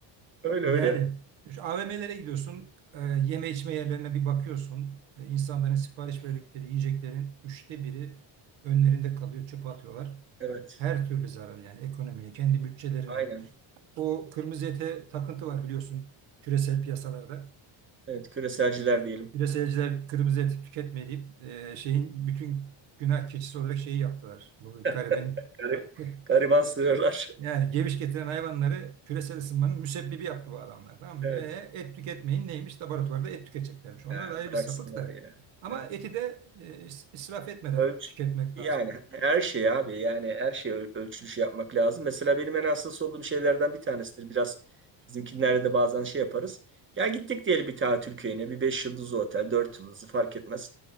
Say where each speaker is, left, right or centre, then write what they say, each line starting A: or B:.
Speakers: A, on the right; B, on the right.
A: öyle
B: Yani
A: öyle
B: şu AVM'lere gidiyorsun, e, yeme içme yerlerine bir bakıyorsun. E, insanların sipariş verdikleri yiyeceklerin üçte biri önlerinde kalıyor, çöpe atıyorlar.
A: evet
B: Her türlü zarar yani ekonomiye, kendi bütçelerine.
A: aynen
B: O kırmızı ete takıntı var biliyorsun küresel piyasalarda.
A: evet küreselciler diyelim
B: Küreselciler kırmızı et tüketmeyip e, şeyin bütün günah keçisi olarak şeyi yaptılar. Bu
A: <laughs>
B: gariben
A: Garip-
B: <laughs>
A: gariban sığırlar
B: Yani geviş getiren hayvanları küresel ısınmanın müsebbibi yaptı bu adamlar. Tamam
A: evet
B: mı? E, et tüketmeyin neymiş? Laboratuvarda et tüketeceklermiş. Onlar
A: Ha,
B: da ayrı
A: bıraksınlar
B: bir sapık da.
A: ya
B: Ama
A: evet
B: eti de e, is- israf etmeden
A: Ölç
B: tüketmek
A: yani
B: lazım.
A: her şey abi yani her şey öl- ölçülüş yapmak lazım. Mesela benim en hassas olduğum şeylerden bir tanesidir. Biraz bizimkinlerde de bazen şey yaparız. Ya gittik diyelim bir tatil köyüne bir 5 yıldızlı otel 4 yıldızlı fark etmez.